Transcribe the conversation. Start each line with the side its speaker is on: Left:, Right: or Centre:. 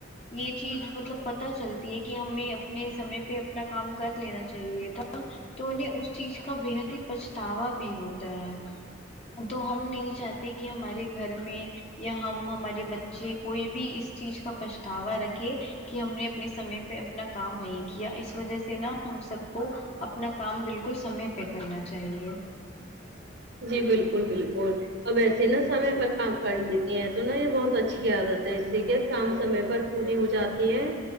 Left: یے چیز مطلب پتا چلتی ہے کی ہمیں اپنے سمے پے اپنا کام کر لینا چاہیے تھا تو انہیں اس چیز کا بے حد ہی پچھتاوا بھی ہوتا ہے تو ہم نہیں چاہتے کی ہمارے گھر میں یا ہم ہمارے بچے کوئی بھی اس چیز کا پچھتاوا رکھے کی ہم نے اپنے سمے پے اپنا کام نہیں کیا اس وجہ سے نہ ہم سب کو اپنا کام بالکل سمے پے کرنا چاہیے
Right: جی بالکل بالکل اب ایسے نہ سمے پر کام کر لیتی ہیں تو نہ یے بہت اچھی عادت ہے اسے کہ کام سمے پر پوری ہو جاتی ہیں